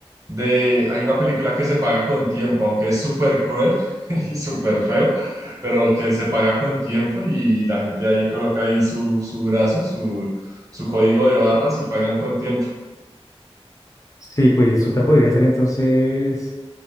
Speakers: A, on the right; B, on the left.
A: de, hay una película que se paga con tiempo, aunque es súper cruel <laughs> y súper feo, pero que se paga con tiempo y la gente ahí coloca ahí su, su brazo, su, su código de barras y pagan con tiempo
B: Sí, pues otra podría ser entonces.